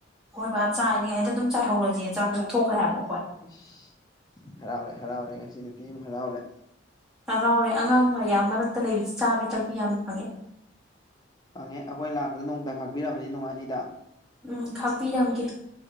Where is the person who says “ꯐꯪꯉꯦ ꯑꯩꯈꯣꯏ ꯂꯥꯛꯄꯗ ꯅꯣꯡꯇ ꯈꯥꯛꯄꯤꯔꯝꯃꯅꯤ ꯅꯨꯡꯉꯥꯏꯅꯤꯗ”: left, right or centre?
Left